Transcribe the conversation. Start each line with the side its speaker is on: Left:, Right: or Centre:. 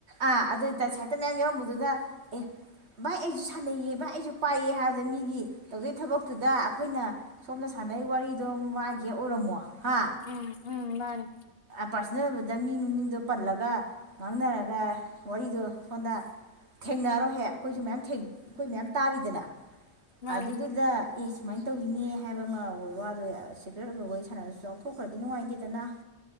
Right: ꯑ ꯑꯗꯨꯏ ꯇ ꯁꯥꯏꯠꯇ ꯃꯌꯥꯝ ꯌꯥꯎꯔꯝꯕꯗꯨꯗ ꯑꯦ ꯚꯥꯏ ꯑꯩꯁꯨ ꯁꯥꯟꯅꯩꯌꯦ ꯚꯥꯏ ꯑꯩꯁꯨ ꯄꯥꯏꯌꯦ ꯍꯥꯏꯕꯗ ꯃꯤꯒꯤ ꯇꯧꯗꯩ ꯊꯕꯛꯇꯨꯗ ꯑꯩꯈꯣꯏꯅ ꯁꯣꯝꯗ ꯁꯥꯟꯅꯩ ꯋꯥꯔꯤꯗꯣ ꯃꯥꯒꯤ ꯍꯦꯛ ꯑꯣꯏꯔꯝꯃꯣ ꯍꯥ
Left: ꯎꯝ ꯎꯝ ꯃꯥꯅꯤ
Right: ꯄꯥꯔꯁꯣꯅꯦꯜ ꯑꯣꯏꯕꯗ ꯃꯤ ꯃꯃꯤꯡꯗꯣ ꯄꯜꯂꯒ ꯉꯥꯡꯅꯔꯒ ꯋꯥꯔꯤꯗꯣ ꯁꫭꯝꯗ ꯊꯦꯡꯅꯔꯣ ꯍꯦꯛ ꯑꯩꯈꯣꯏꯁꯨ ꯃꯌꯥꯝ ꯊꯦꯡ ꯑꯩꯈꯣꯏ ꯃꯌꯥꯝ ꯇꯥꯔꯤꯗꯅ
Left: ꯃꯥꯅꯦ
Right: ꯑꯗꯨꯗꯨꯗ ꯑꯦ ꯁꯨꯃꯥꯏꯅ ꯇꯧꯋꯤꯅꯦ ꯍꯥꯏꯕ ꯑꯃ ꯑꯣꯏꯕ ꯋꯥ ꯑꯗꯣ ꯁꯦꯀ꯭ꯔꯦꯠ ꯑꯣꯏꯕ ꯋꯥꯔꯤ ꯁꯥꯟꯅꯁꯨ ꯆꯥꯎꯊꯣꯛꯈ꯭ꯔꯗꯤ ꯅꯨꯡꯉꯥꯏꯇꯦꯗꯅ